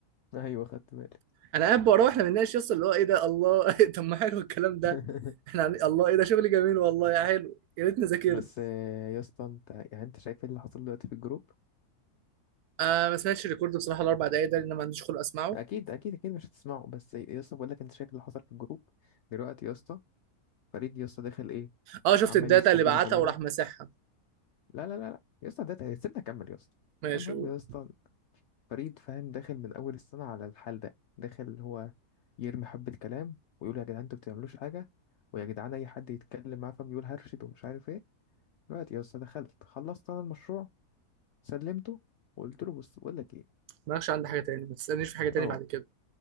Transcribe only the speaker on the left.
ايوه خدت بالي
<laughs>
بس آه، يا اسطى انت يعني انت شايف ايه اللي حصل دلوقتي في الجروب
اكيد اكيد اكيد مش هتسمعه بس يا اسطى بقول لك انت شايف اللي حصل في الجروب دلوقتي يا اسطى فريد يا اسطى داخل ايه
عمال
يشتم
فينا
كلنا
لا لا لا لا يا اسطى ده سيبنا اكمل يا اسطى
المهم
يا اسطى فريد فاهم داخل من اول السنه على الحال ده داخل هو يرمي حبه كلام ويقول يا جدعان انتوا بتعملوش حاجه ويا جدعان اي حد يتكلم معاه فاهم يقول هرشد ومش عارف ايه دلوقتي يا اسطى دخلت خلصت انا المشروع سلمته وقلت له بص بقول لك ايه
اه